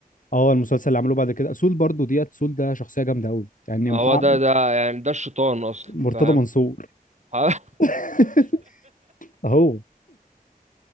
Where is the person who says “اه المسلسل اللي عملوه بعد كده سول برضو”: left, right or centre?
Left